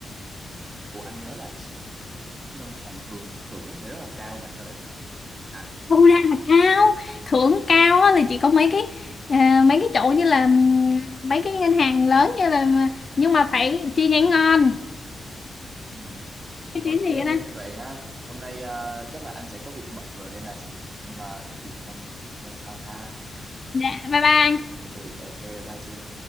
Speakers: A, on the right; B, on the left.
A: ủa anh nhớ là ngân hàng thường thưởng nó sẽ rất là cao mà sao lại thấp được à
B: thu ra là cao thưởng cao á, là chỉ có mấy cái à, mấy cái chỗ như là ừm, mấy cái ngân hàng lớn như là nhưng mà phải chi nhánh ngon
A: ừ.
B: cái
A: Ok,
B: tiếng gì đó
A: vậy ha. Hôm nay à, chắc là anh sẽ có việc bận rồi nên là sẽ- em à, nói chuyện trong buổi tiếp theo sau ha.
B: dạ bye bye
A: Ừ, ừ, ok, bye bye Sương.